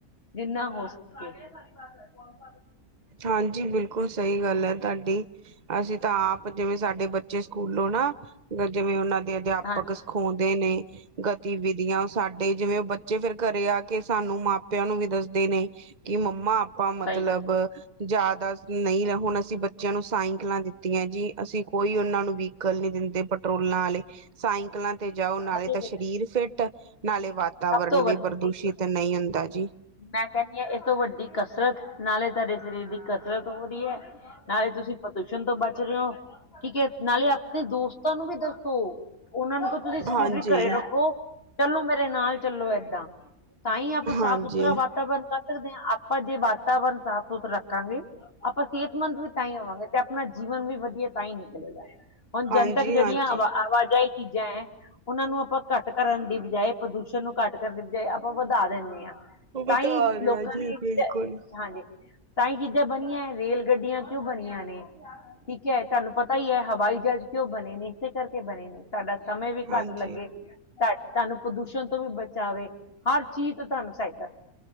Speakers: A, on the left; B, on the right.
A: ਜਿੰਨਾ ਹੋ ਸਕੇ, ਇਹ ਸਾਰੀ ਬਾਤ ਹੈ ਕੌਣਸ,
B: ਹਾਂਜੀ ਬਿਲਕੁਲ ਸਹੀ ਗੱਲ ਹੈ ਤੁਹਾਡੀ, ਅਸੀਂ ਤਾਂ ਆਪ ਜਿਵੇਂ ਸਾਡੇ ਬੱਚੇ ਸਕੂਲੋਂ ਨਾ, ਜਿਵੇਂ ਉਹਨਾਂ ਦੇ ਅਧਿਆਪਕ
A: ਹਾਂ
B: ਸਿਖਾਦੇ ਨੇ ਗਤੀ ਵਿਧੀਆਂ ਸਾਡੇ ਜਿਵੇਂ ਉਹ ਬੱਚੇ, ਫੇਰ ਘਰੇ ਆ ਕੇ ਸਾਨੂੰ ਮਾਪਿਆਂ ਨੂੰ ਵੀ ਦੱਸਦੇ ਨੇ ਕਿ ਮੰਮਾ ਆਪਾਂ ਮਤਲਬ?
A: ਸਹੀ ਗੱਲ
B: ਜ਼ਿਆਦਾ ਨਹੀਂ ਹੁਣ ਅਸੀਂ ਬੱਚਿਆਂ ਨੂੰ ਸਾਇਕਲਾਂ ਦਿੱਤੀਆਂ ਜੀ ਅਸੀਂ ਕੋਈ ਉਹਨਾਂ ਨੂੰ ਵੀਹੀਕਲ ਨੀ ਦਿੰਦੇ। ਪੈਟਰੋਲਾਂ ਵਾਲੇ ਸਾਈਕਲਾਂ ਤੇ ਜਾਓ ਨਾਲੇ
A: ਵਧੀਆ
B: ਤਾਂ
A: ਗੱਲ
B: ਸਰੀਰ
A: ਹੈ
B: ਫਿੱਟ ਨਾਲੇ ਵਾਤਾਵਰਨ
A: ਸਭ ਤੋਂ ਵਧੀਆ
B: ਵੀ ਪ੍ਰਦੂਸ਼ਿਤ
A: ਜੀ
B: ਨਹੀਂ ਹੁੰਦਾ ਜੀ।
A: ਮੈਂ ਕਹਿੰਦੀ ਆ ਇਸ ਤੋਂ ਵੱਡੀ ਕਸਰਤ ਨਾਲੇ ਤੁਹਾਡੇ ਸਰੀਰ ਦੀ ਕਸਰਤ, ਹੋ ਰਹੀ ਹੈ ਨਾਲੇ ਤੁਸੀਂ ਪ੍ਰਦੂਸ਼ਣ ਤੋਂ ਬਚ ਰਹੇ ਹੋ ਠੀਕ ਹੈ ਨਾਲੇ ਆਪਾਂ, ਤੇ ਦੋਸਤਾਂ ਨੂੰ ਵੀ ਦੱਸੋ ਉਹਨਾਂ ਨੂੰ ਕਿ ਤੁਸੀਂ ਸਕੂਟਰੀ
B: ਹਾਂਜੀ
A: ਘਰੇ ਰੱਖੋ? ਚਲੋ ਮੇਰੇ ਨਾਲ ਚੱਲੋ ਏਦਾਂ ਤਾਂ ਹੀ ਆਪਾਂ ਸਾਫ਼
B: ਹਾਂਜੀ
A: ਸੁ ਰਾ ਵਾਤਾਵਰਨ ਕਰ ਸਕਦੇ ਹਾਂ ਆਪਾਂ ਜੇ ਵਾਤਾਵਰਨ ਸਾਫ਼ ਸੁਥਰਾ ਰੱਖਾਂਗੇ ਆਪਾਂ ਸਿਹਤਮੰਦ, ਤਾਂ ਹੀ ਹੋਵਾਂਗੇ ਤੇ ਆਪਣਾ ਜੀਵਨ ਵੀ ਵਧੀਆ ਤਾਂ ਹੀ ਨਿਕਲੇਗਾ ਹੁਣ
B: ਹਾਂਜੀ
A: ਜਨਤਕ ਜਿਹੜੀਆਂ
B: ਹਾਂਜੀ
A: ਆਵਾ ਆਵਾਜਾਂ ਚੀਜਾ ਐ, ਉਹਨਾਂ ਨੂੰ ਆਪਾਂ ਘੱਟ ਕਰਨ ਦੀ ਬਜਾਏ ਪ੍ਰਦੂਸ਼ਣ ਨੂੰ ਘੱਟ ਕਰਨ ਦੀ ਬਜਾਏ ਆਪਾਂ ਵਧਾ ਦਿੰਦੇ ਹਾਂ।
B: ਉਹ ਵਧਾ
A: ਤਾਂ ਹੀ
B: ਰਿਹਾ
A: ਲੋਕਾਂ
B: ਜੀ
A: ਨੇ
B: ਬਿਲਕੁਲ
A: ਕਿਤੇ ਹਾਂਜੀ। ਤਾਂ ਹੀ ਚੀਜ਼ਾਂ ਬਣੀਆਂ ਰੇਲ ਗੱਡੀਆਂ ਕਿਉਂ ਬਣੀਆਂ ਨੇ ਠੀਕ ਹੈ ਤੁਹਾਨੂੰ ਪਤਾ ਹੀ ਹੈ ਹਵਾਈ ਜਹਾਜ਼ ਕਿਉਂ ਬਣੇ ਨੇ ਇਸੇ ਕਰਕੇ ਬਣੇ ਨੇ ਸਾਡਾ, ਸਮੇਂ ਵੀ
B: ਹਾਂਜੀ
A: ਘੱਟ ਲੱਗੇ ਤੁਹਾਨੂੰ ਪ੍ਰਦੂਸ਼ਣ ਤੋਂ ਵੀ ਬਚਾਵੇ ਹਰ ਚੀਜ਼ ਤੋਂ ਤੁਹਾਨੂੰ ਸਾਈਤ,